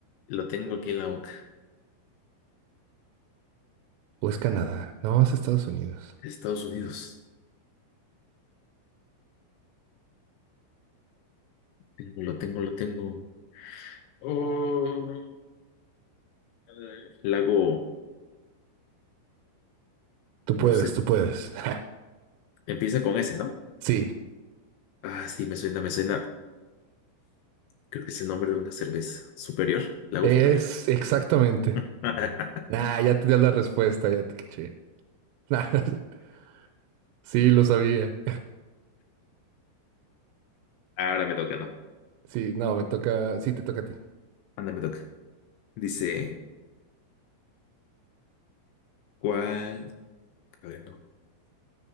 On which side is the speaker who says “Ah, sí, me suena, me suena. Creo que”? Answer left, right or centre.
Left